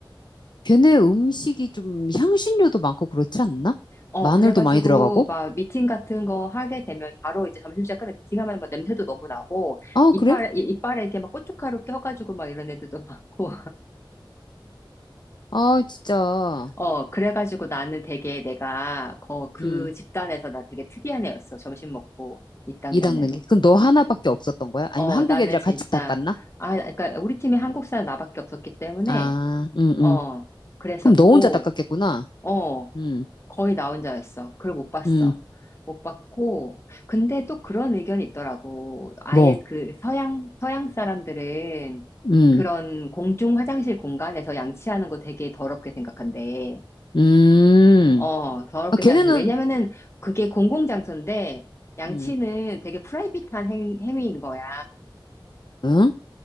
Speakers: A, on the left; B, on the left.
A: 걔네 음식이 좀 향신료도 많고 그렇지 않나?
B: 어,
A: 마늘도
B: 그래가지고,
A: 많이 들어가고?
B: 막, 미팅 같은 거 하게 되면, 바로 이제 점심시간 끝에 미팅하면 막 냄새도 너무 나고,
A: 아,
B: 이빨,
A: 그래?
B: 이- 이빨에 이렇게 막 고춧가루 껴가지고 막 이런 애들도 <laughs> 많고,
A: 아, 진짜.
B: 어, 그래가지고 나는 되게 내가 거, 그
A: 음,
B: 집단에서 나 되게 특이한 애였어. 점심 먹고 이땅
A: 이
B: 내내로.
A: 닦는 게. 그럼 너 하나밖에 없었던 거야?
B: 어,
A: 아니면 한국
B: 나는
A: 애들이랑
B: 진짜,
A: 같이 닦았나?
B: 아, 그러니까 우리 팀이 한국 사람 나밖에 없었기 때문에,
A: 아, 음, 음.
B: 어, 그랬었고,
A: 그럼 너 혼자 닦았겠구나.
B: 어,
A: 음,
B: 거의 나 혼자였어. 그걸 못 봤어.
A: 음,
B: 못 봤고, 근데 또 그런 의견이 있더라고. 아예
A: 뭐,
B: 그 서양, 서양 사람들은
A: 음,
B: 그런 공중 화장실 공간에서 양치하는 거 되게 더럽게 생각한대.
A: 음.
B: 어, 더럽게
A: 아, 걔네는,
B: 생각해서. 왜냐면은 그게 공공장소인데 양치는
A: 음,
B: 되게 프라이빗한 행, 행위인 거야.
A: 응?